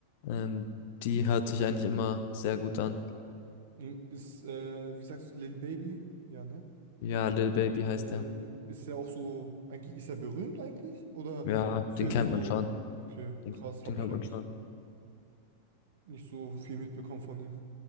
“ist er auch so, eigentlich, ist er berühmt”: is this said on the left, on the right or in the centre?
Right